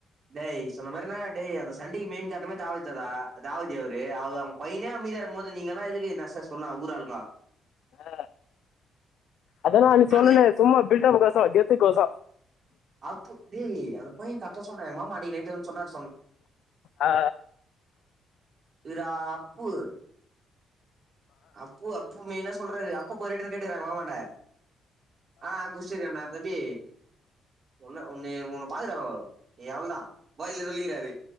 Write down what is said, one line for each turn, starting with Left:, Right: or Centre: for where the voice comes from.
Right: டேய் சொன்ன மாதிரனா டே அந்த சண்டைக்கி மெயின் காரணமோ தவுதர் தா தாவுத் அவரு அவரு அவங்க பையனே அமைதியா இருக்கு போது நீங்க எல்லா எதுக்கு நச சொன்ன ஊர் ஆளுங்க
Left: ஆ அதனா அன்னைக்கி சொன்னனே
Right: அதுலே
Left: சும்மா பில்டப் கோச கெத்து கோச
Right: அப்பு டே அந்த பைய கரெக்ட் தா சொன்னா எங்க மாமா நீ நைட்டு வந்து சொன்னரு
Left: ஆ
Right: இரா அப்பு அப்பு அப்பு மெய்னா சொல்றாரு அப்பு போய்ட்டுன்னு கேட்டுக்காரு எங்க மாமா இல்ல ஆ குடிசிர் கேன்னா தம்பி ஒன்ன ஒன்னைய ஒன்ன பக்குறாவோ நீ அவ்ளோதா போயில சொல்லிக்கிறாரு